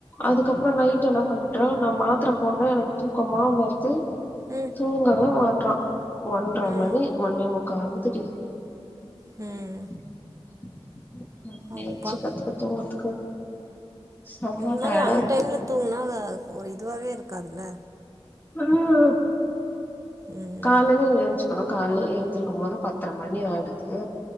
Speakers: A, on the left; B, on the right.
A: அதுக்கப்றோ நைட் என்ன பண்றா நம த்திர போடுறே எனக்கு தூக்கமா வருது
B: ம்
A: தூங்கவே மாற்றா ஒன்ற
B: ம்
A: மணி ஒன்னே முக்கா ஆகுதுடி
B: ம்
A: <unintelligible>
B: அப்பா
A: செம்ம
B: இந்த மாரி
A: டயர்டா
B: அன்டைம்ல
A: இருக்கு
B: தூங்குனா ஒரு இதுவாவே இருக்காதுல்ல
A: நில்லு
B: ம்
A: காலைல ஏஞ்சுக்கணு கால்ல ஏந்திருக்க போது பத்தரை மணி ஆயிடுது